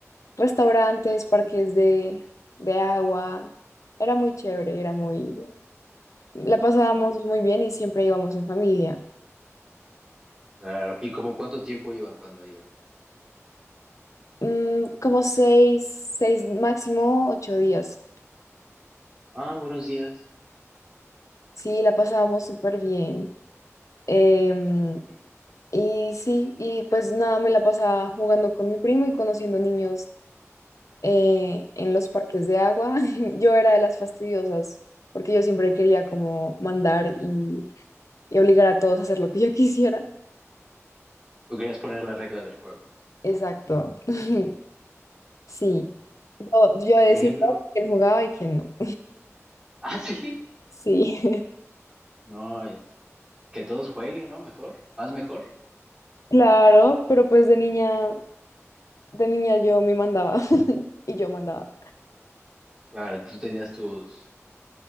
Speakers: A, on the left; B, on the right.
A: restaurantes, parques de, de agua, era muy chévere, era muy, la pasábamos muy bien y siempre íbamos en familia.
B: claro, ¿y como cuánto tiempo iban cuando iban?
A: Mm, como seis, seis, máximo ocho días.
B: Ah, buenos días.
A: Sí, la pasábamos súper bien. Em,
B: Sí.
A: y sí, y pues nada, me la pasaba jugando con mi primo y conociendo niños eh, en los parques de agua. <laughs> Yo era de las fastidiosas, porque yo siempre quería como mandar y, y obligar a todos a hacer lo que yo quisiera.
B: Tú querías poner las reglas del juego.
A: Exacto. <laughs> Sí. Yo, yo decidía
B: Por ejemplo,
A: quién jugaba y quién no.
B: <laughs> Ah, sí.
A: Sí,
B: No, es- que todos jueguen, ¿no? Mejor, más mejor.
A: <laughs> claro, pero pues de niña De niña yo me mandaba <laughs> y yo mandaba.
B: Claro, tú tenías tus,